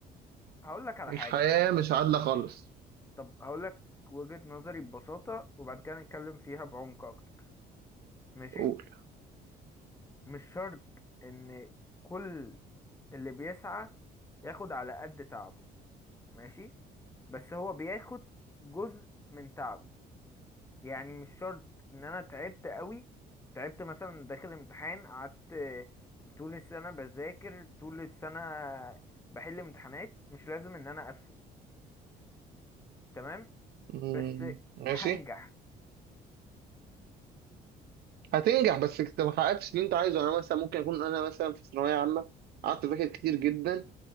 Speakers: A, on the left; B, on the right.
A: هقول لك على
B: الحياة
A: حاجة
B: مش عادلة خالص
A: طب هقول لك وجهة نظري ببساطة وبعد كده نتكلم فيها بعمق اكتر ماشي
B: قول
A: مش شرط ان كل اللي بيسعى ياخد على قد تعبه ماشي بس هو بياخد جزء من تعبه يعني مش شرط ان انا تعبت قوي تعبت مثلا داخل امتحان قعدت طول السنة بذاكر طول السنة بحل امتحانات مش لازم ان انا اقفل تمام
B: مم،
A: بس
B: ماشي
A: هنجح
B: هتنجح بس انت ما حققتش اللي انت عايزه انا مثلا ممكن اكون انا مثلا في ثانوية عامة قعدت اذاكر كتير جدا